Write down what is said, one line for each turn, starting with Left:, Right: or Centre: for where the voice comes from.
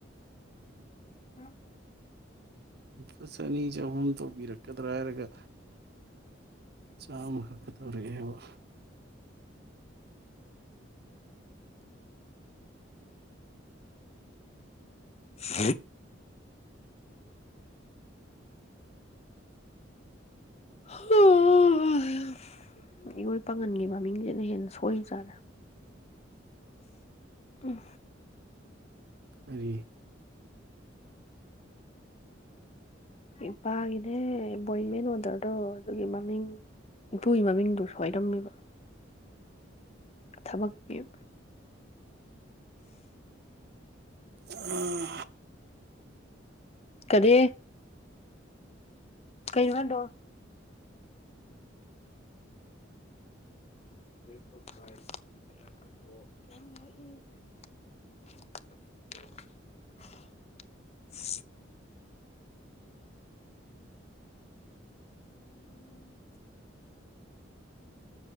Left: ꯎ
Right: ꯂꯐꯨꯁꯅꯤ ꯆꯍꯨꯝ ꯇꯧꯕꯤꯔꯛꯀꯗ꯭ꯔꯥ ꯍꯥꯏꯔꯒ ꯆꯥꯎꯥꯃ ꯀ ꯇꯧꯔꯤꯦꯕ
Left: ꯍ ꯍꯝ ꯏꯔꯣꯏ ꯄꯥꯉꯟꯒꯤ ꯃꯃꯤꯡꯁꯤꯅ ꯍꯦꯟꯅ ꯁꯣꯏ ꯆꯥꯔꯦ ꯎꯝ
Right: ꯍꯥꯏꯔꯤ
Left: ꯏꯄꯥꯒꯤꯅꯦ ꯕꯣꯏꯃꯦꯦꯟ ꯑꯣꯗꯔꯗꯣ ꯑꯗꯨꯒꯤ ꯃꯃꯤꯡ ꯏꯄꯨꯒꯤ ꯃꯃꯤꯡꯗꯨ ꯁꯏꯔꯝꯃꯤꯕ ꯊꯕꯛꯌꯨ
Right: ꯎꯝ
Left: ꯀꯔꯤ ꯀꯩ ꯈꯟꯗꯣ <unintelligible> <unintelligible> ꯎ